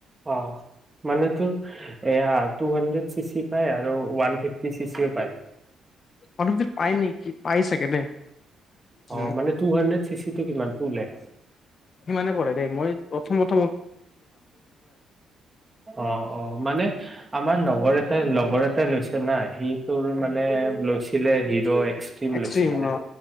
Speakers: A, on the right; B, on the left.
A: অঁ'। মানেতো। এয়া টু হণ্ড্ৰেড। চি চি পায় আৰু ওৱান ফিফটি চিচিও পায়।
B: অনুপজিত পাই নেকি পাই চাগে দেই।
A: অঁ
B: উম।
A: মানে টু হাণ্ড্ৰেড। সিটো কিমান টু লেক্
B: সিমানে পৰে দেই। মই প্ৰথমতে।
A: অঁ', অঁ। মানে আমাৰ লগৰ। তে লগৰ এটাই লৈছে না। সি তোৰ মানে লৈছিলে হিৰো এক্
B: এক্সট্ৰিম
A: লৈছিলে।
B: অ।